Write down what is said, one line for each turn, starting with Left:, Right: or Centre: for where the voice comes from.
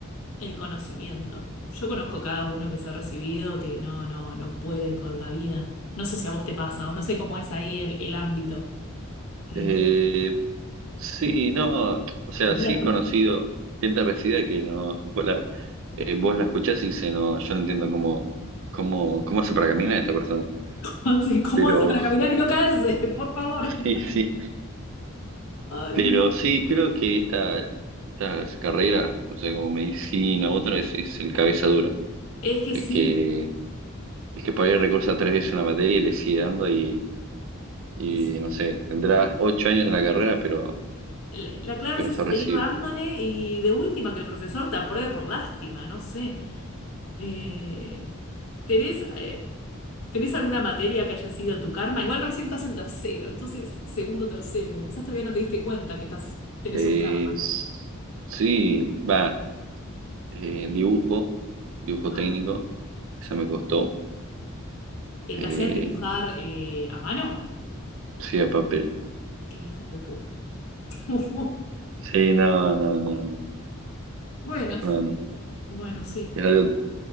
Left: el conocimiento. Yo conozco cada uno que se ha recibido que no, no, no puede con la vida. No sé si a vos te pasa o no sé cómo es ahí el, el ámbito. Eh,
Right: Eh, sí, no, o sea,
Left: lo que
Right: sí
Left: pasa es
Right: he
Left: que-
Right: conocido gente resida que no, vos la, eh, vos la escuchás y dice, no, yo no entiendo cómo, cómo, cómo hace para caminar esta persona.
Left: <laughs> sí, ¿cómo
Right: Pero
Left: hace para caminar y no caerse? <laughs> Por favor.
Right: <laughs> sí, sí,
Left: Ay,
Right: pero
Left: Dios.
Right: sí, creo que esta, estas carreras, no sé, como medicina u otra, es, es el cabeza dura,
Left: Es que
Right: el
Left: sí.
Right: que, el que por ahí recorsa tres veces una materia y le sigue dando y, y
Left: es-
Right: no sé, tendrá ocho años en la carrera, pero,
Left: la la clave
Right: pero
Left: es eso,
Right: se recibe.
Left: seguir dándole y de última que el profesor te apruebe por lástima, no sé. Eh, ¿tenés, eh, tenés alguna materia que haya sido tu karma? Igual recién estás en tercero, entonces segundo, tercero. Quizás todavía no te diste cuenta que estás, tenés
Right: Eh,
Left: un karma.
Right: s- sí, va, eh, en dibujo, dibujo
Left: Ah,
Right: técnico,
Left: sí.
Right: esa me costó.
Left: Eh,
Right: Eh,
Left: ¿te hacían dibujar eh, a mano?
Right: sí, a papel.
Left: Qué hijos de puta. <laughs>
Right: Sí, no, no, no, no,
Left: Bueno,
Right: no, no.
Left: bueno, sí.
Right: Era algo,